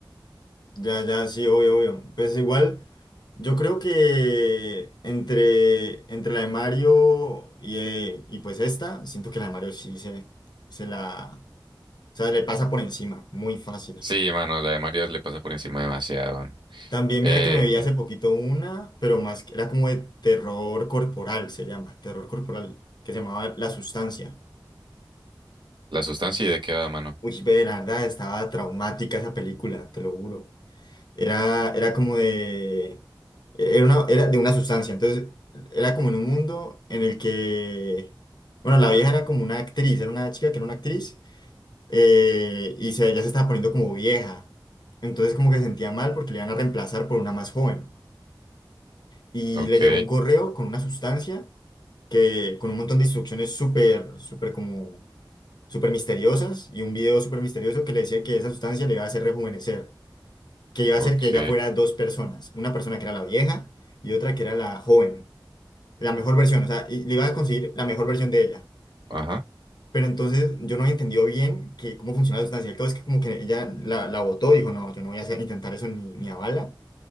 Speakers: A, on the left; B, on the right.
A: Ya, ya, sí, obvio, obvio. Pues igual. Yo creo que entre, entre la de Mario y, eh, y pues esta, siento que la de Mario sí se, se la, o sea, le pasa por encima, muy fácil.
B: Sí, mano, la de Mario le pasa por encima demasiado. man.
A: También
B: Eh,
A: mira que me vi hace poquito una, pero más, que- era como de terror corporal, se llama, terror corporal, que se llamaba La Sustancia.
B: la sustancia y de qué va, mano.
A: Uy, ve, la verdad, estaba traumática esa película, te lo juro. Era, era como de... Era, una, era de una sustancia. Entonces, era como en un mundo en el que... Bueno, la vieja era como una actriz, era una chica que era una actriz eh, y se, ya se estaba poniendo como vieja. Entonces, como que se sentía mal porque le iban a reemplazar por una más joven. Y
B: Ok,
A: le llegó un correo con una sustancia que, con un montón de instrucciones súper, súper como... súper misteriosas y un video súper misterioso que le decía que esa sustancia le iba a hacer rejuvenecer que iba
B: ok,
A: a hacer que ella fuera dos personas, una persona que era la vieja y otra que era la joven, la mejor versión, o sea, y le iba a conseguir la mejor versión de ella.
B: ajá.
A: Pero entonces yo no había entendido bien que cómo funcionaba la sustancia. El caso es que como que ella la, la votó, dijo, no, yo no voy a hacer- intentar eso ni, ni a bala.